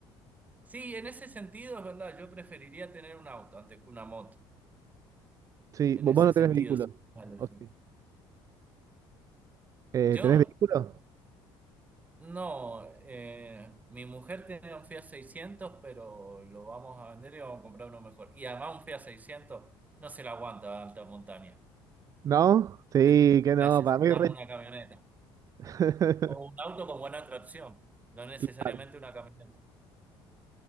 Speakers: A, on the right; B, on the right.
A: sí, en ese sentido es verdad, yo preferiría tener un auto antes que una moto,
B: sí.
A: en
B: Vos
A: ese
B: vos no
A: sentido.
B: tenés vehículo.
A: si me elegí.
B: ¿O sí? Eh,
A: Yo,
B: ¿tenés vehículo?
A: no, eh, mi mujer tiene un Fiat 600, pero lo vamos a vender y vamos a comprar uno mejor. Y además un Fiat 600 no se la aguanta a alta montaña.
B: ¿No? Sí,
A: Tenés-
B: que
A: Necesitamos
B: no, para mí re-
A: una camioneta.
B: <laughs>
A: O un auto con buena tracción, no necesariamente
B: Claro,
A: una camioneta.